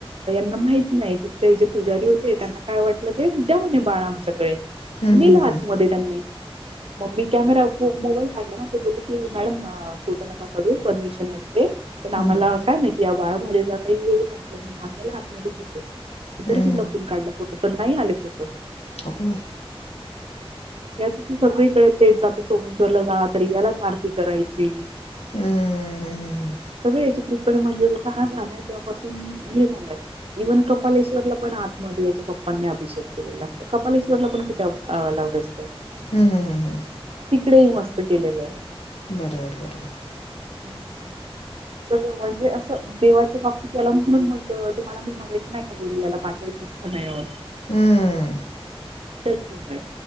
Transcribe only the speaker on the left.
हं,
हं,
हं, हं.
हं, हं.
हं,
अग बाई.
हं, हं, हं, हं.
हम् हम हम् हम्.
बरोबर बरोबर.
हम्म.